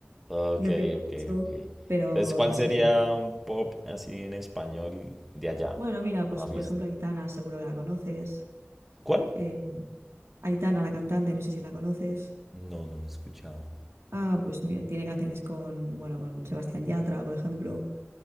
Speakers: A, in the centre; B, on the right.
A: Ok,
B: No pega
A: ok,
B: mucho,
A: ok.
B: pero
A: Entonces, ¿cuál
B: no
A: sería
B: sé.
A: un pop así en español de allá?
B: Bueno, mira, pues
A: Una fiesta.
B: por ejemplo Aitana, seguro que la conoces.
A: ¿Cuál?
B: Eh, Aitana, la cantante, no sé si la conoces.
A: No, no lo he escuchado.
B: Ah, pues mira, tiene canciones con, bueno, con Sebastián Yatra, por ejemplo.